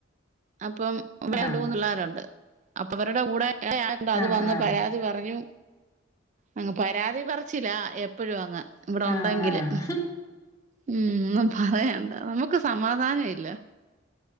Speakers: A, on the right; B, on the left.
A: അപ്പം <unintelligible>
B: ആഹ്
A: രണ്ടുമൂന്ന് പിള്ളേര്ണ്ട്, അപ്പ അവരുടെ കൂടെ ആയോണ്ട് അത്
B: ആഹ്
A: വന്ന
B: ആഹ്
A: പ <unintelligible> തി പറഞ്ഞു, അങ്ങ് പരാതി പറച്ചില എപ്പഴും അങ്ങ് ഇവിടെ
B: ആഹ്
A: ഉണ്ടെങ്കില്
B: ആഹ്
A: ഉ ഉം പറയണ്ട നമുക്ക് സമാധാനം ഇല്ല